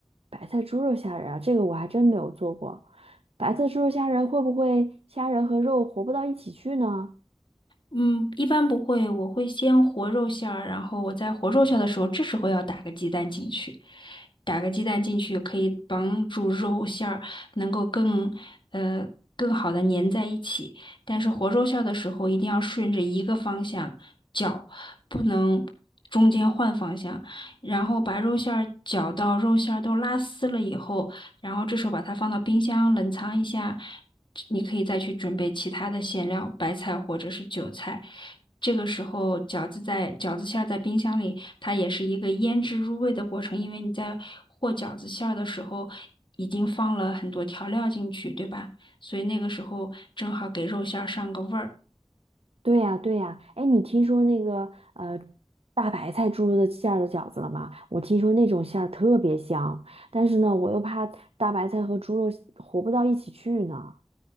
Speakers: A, on the right; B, on the left.
A: 白菜猪肉虾仁儿啊，这个我还真没有做过。白菜猪肉虾仁儿会不会虾仁和肉活不到一起去呢？
B: 嗯，一般不会，我会先和肉馅儿，然后我在和肉馅儿的时候，这时候要打个鸡蛋进去，打个鸡蛋进去可以帮助肉馅儿能够更呃更好的粘在一起。但是和肉馅儿的时候，一定要顺着一个方向搅，不能中间换方向。然后把肉馅儿搅到肉馅儿都拉丝了以后，然后这时候把它放到冰箱冷藏一下。你可以再去准备其他的馅料，白菜或者是韭菜。这个时候，饺子在饺子馅儿在冰箱里，它也是一个腌制入味的过程，因为你在和饺子馅儿的时候已经放了很多调料进去，对吧？所以那个时候正好给肉馅儿上个味儿。
A: 对呀，对呀。哎，你听说那个呃大白菜猪肉的馅儿的饺子了吗？我听说那种馅儿特别香，但是呢，我又怕大白菜和猪肉活不到一起去呢。